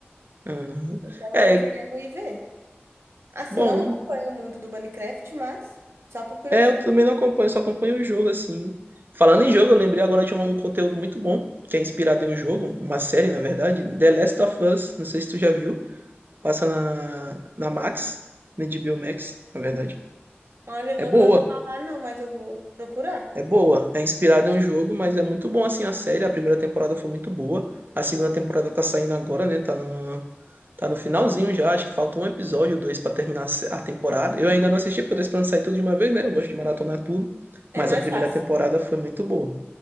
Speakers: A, on the right (about 55°); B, on the right (about 80°).
A: Aham.
B: Então
A: É,
B: eu tô querendo ir ver. Assim,
A: bom.
B: não acompanho o mundo do Minecraft, mas só por curiosidade.
A: É, eu também não acompanho, só acompanho o jogo, assim. Falando em jogo, eu lembrei agora de um um conteúdo muito bom, que é inspirado em um jogo, uma série, na verdade, The Last of Us, não sei se tu já viu. Passa na, na Max, na HBO Max, na verdade.
B: Olha, nunca
A: É boa,
B: ouvi falar, não, mas eu vou procurar.
A: é boa. É inspirado em um jogo, mas é muito bom, assim, a série. A primeira temporada foi muito boa. A segunda temporada tá saindo agora, né? Tá na Tá no finalzinho já, acho que falta um episódio, ou dois pra terminar a temporada. Eu ainda não assisti, porque eu tô esperando sair tudo de uma vez, né? Eu gosto de maratonar tudo.
B: É
A: Mas
B: mais
A: a primeira
B: fácil.
A: temporada foi muito boa,